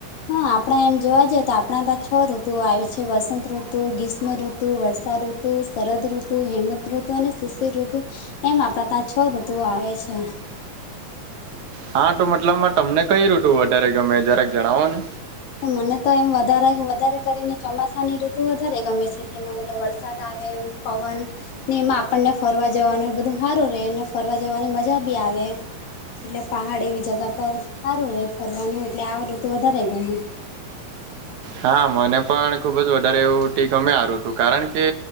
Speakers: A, on the left; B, on the right.
A: હા આપણા એમ જોવા જઈએ તો આપણા ત છ ઋતુ આવે છે વસંત ઋતુ ગ્રીષમ ઋતુ વર્ષાઋતુ ઋતુ શરદઋતુ હેમતઋતુ અને શિષિરઋતુ એમ આપડા ત્યાં છ ઋતુઓ આવે છે.
B: હા તો મતલબ તમને કઈ ઋતુ વધારે ગમે જરાક જણાવો ને.
A: તો મને તો એમ વધારે વધારે કરીને ચોમાસા ની ઋતુ વધારે ગમે છે. તેમાં મતલબ વરસાદ આવે એમ પવન ને એમાં આપણને ફરવા જવાનું એ બધું સારું રહેે ને ફરવા જવાની મજા બી આવે એટલે પહાડ એવી જગા પર સારું રે ફરવાનું એટલે આવું તો વધારે ગમે
B: હા મને પણ ખુબ જ વધારે એવું ટી ગમે હારું હતું કારણ કે